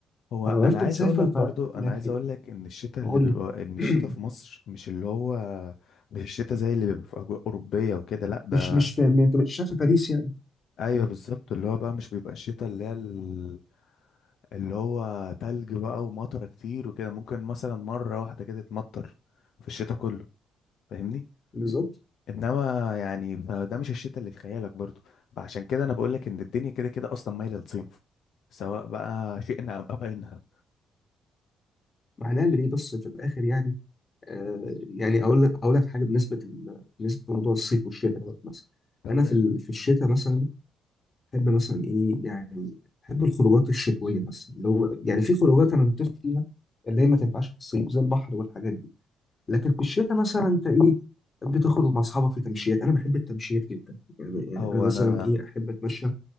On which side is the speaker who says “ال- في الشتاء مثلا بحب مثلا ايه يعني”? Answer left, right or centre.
Left